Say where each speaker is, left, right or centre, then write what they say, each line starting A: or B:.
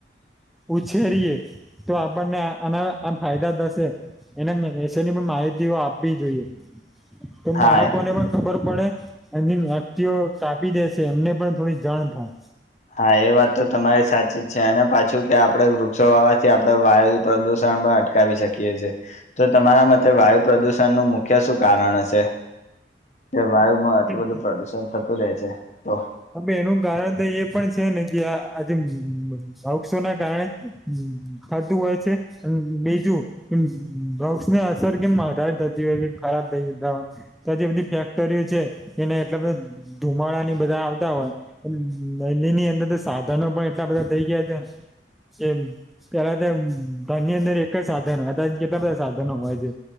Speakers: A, in the centre; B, on the left.
A: ઉછેરીએ તો આપણને આના આમ ફાયદા થશે એના એશેની પણ માહિતીઓ આપવી જોઈએ તો
B: હા
A: બાળકોને પણ ખબર પડે એની વ્યક્તિઓ કાપી દે છે એમને પણ થોડી જાણ થાય
B: હા એ વાત તો તમારી સાચી જ છે અને પાછું કે આપડે વૃક્ષો વાવાથી આપડે વાયુ પ્રદુષણ પણ અટકાવી શકીએ છીએ તો તમારા માટે વાયુ પ્રદુષણ નું મુખ્ય શું કારણ હશે કે વાયુ માં
A: થાય
B: આટલું બધું પ્રદુષણ થતું રહે છે તો
A: હ ભ એનું કારણ તો એ પણ છે ને કિ આજઔસો ના કારણે હ થતું હોય છે બીજું કેમ ડ્રગસ ની અસર કેમ વધારે થતી હોય કે ખરાબ થઈ જતા હોય તો જે બધી ફેક્ટરીઓ છે એને એટલે બધ ધુમાડા ની બધા હોય નલીની અંદર તો સાધનો પણ એટલા બધા થઈ ગયા છેને કે પેલા ત ધન ની અંદર એક જ સાધન હોય કેટલા બધા સાધનો હોય છે